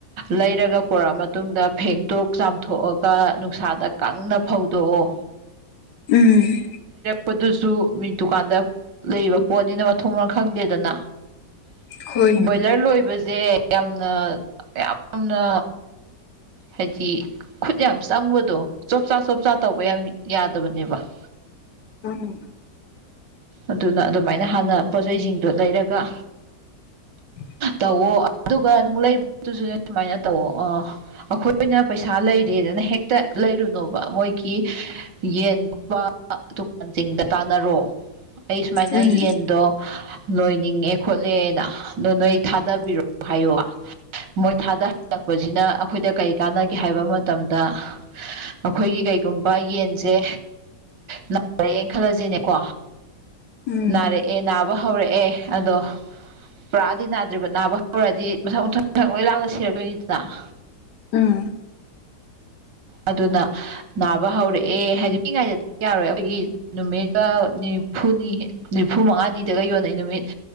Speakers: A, on the right; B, on the left.
A: ꯂꯩꯔꯒ ꯄꯨꯔꯛꯑ ꯃꯇꯨꯡꯗ ꯐꯦꯡꯇꯣꯛ ꯆꯥꯝꯊꯣꯛꯑꯒ ꯅꯨꯡꯁꯥꯗ ꯀꯪꯅ ꯐꯧꯗꯣꯛꯑꯣ
B: ꯎꯝ
A: ꯄꯗꯨꯁꯨ ꯃꯤ ꯗꯨꯀꯥꯟꯗ ꯂꯩꯔꯤꯕ ꯄꯣꯠꯅꯤꯅ ꯃꯊꯣꯡ ꯃꯔꯝ ꯈꯪꯗꯦꯗꯅꯥ
B: ꯍꯣꯏꯅꯦ
A: ꯕꯣꯢꯂꯔ ꯂꯣꯏꯕ ꯖꯦ ꯌꯥꯝꯅ ꯌꯥꯝꯅ ꯍꯥꯏꯗꯤ ꯈꯨꯠ ꯌꯥꯝ ꯆꯪꯕꯗꯣ ꯆꯣꯞꯆꯥ ꯆꯣꯞꯆꯥ ꯇꯧꯕ ꯌꯥꯝ ꯌꯥꯗꯕꯅꯦꯕ <inaudible>
B: ꯎꯝ
A: ꯑꯗꯨꯅ ꯑꯗꯨꯃꯥꯏꯅ ꯍꯥꯟꯅ ꯄꯣꯠꯆꯩ ꯖꯤꯡꯗꯣ ꯂꯩꯔꯒꯥ
B: <inaudible>
A: ꯇꯧꯋꯣ ꯑꯗꯨꯒ ꯅꯪ ꯂꯩꯕꯗꯨꯖꯨꯅꯦ ꯁꯨꯃꯥꯏꯅ ꯇꯧꯋꯣ ꯑ ꯑꯈꯣꯏꯅ ꯄꯩꯁꯥ ꯂꯩꯔꯦ ꯔꯦꯗꯅ ꯍꯦꯛꯇ ꯂꯩꯔꯨꯅꯣꯕ ꯃꯣꯏꯒꯤ ꯌꯦꯟ ꯀꯛꯄ ꯗꯨꯀꯥꯟꯖꯤꯡꯗ ꯇꯥꯟꯅꯔꯣ ꯑꯩ ꯁꯨꯃꯥꯏꯅ
B: ꯎꯝ
A: ꯌꯦꯟꯗꯣ ꯂꯣꯏꯅꯤꯡꯉꯦ ꯈꯣꯠ ꯂꯦꯅ ꯗꯣ ꯅꯣꯏ ꯊꯥꯗꯕꯤꯔꯛꯑꯣ ꯍꯥꯏꯌꯣ ꯃꯣꯏ ꯊꯥꯗ ꯍꯜꯂꯛꯄꯖꯤꯅ ꯑꯈꯣꯏꯗ ꯀꯩ ꯀꯥꯟꯅꯒꯦ ꯍꯥꯏꯕ ꯃꯇꯝꯗ ꯑꯈꯣꯏꯒꯤ ꯀꯩꯒꯨꯝꯕ ꯌꯦꯟꯖꯦ ꯅꯥꯔꯛꯑꯦꯟ ꯈꯜꯂꯖꯤꯅꯦꯀꯣ
B: ꯎꯝ
A: ꯅꯥꯔꯛꯑꯦ ꯅꯥꯕ ꯍꯧꯔꯛꯑꯦ ꯑꯗꯣ ꯄꯨꯔꯥꯗꯤ ꯅꯥꯗ꯭ꯔꯤꯕ ꯅꯥꯕ ꯍꯧꯔꯗꯤ ꯃꯊꯪ ꯃꯊꯪꯊꯪ ꯂꯣꯏ ꯂꯥꯛꯂ ꯁꯤꯔꯗꯣꯏꯅꯤꯗꯅ
B: ꯎꯝ
A: ꯑꯗꯨꯅ ꯅꯥꯕ ꯍꯧꯔꯛꯑꯦ ꯍꯥꯏꯗꯤ ꯄꯤꯛꯢꯉꯥꯏꯗꯗꯤ ꯌꯥꯔꯣꯏ ꯑꯈꯣꯏꯒꯤ ꯅꯨꯃꯤꯠꯀ ꯅꯤꯔ ꯅꯤꯝꯐꯨꯅꯤ ꯅꯤꯝꯐꯨ ꯃꯉꯥꯅꯤꯗꯒ ꯌꯣꯟꯅꯩ ꯅꯨꯃꯤꯠ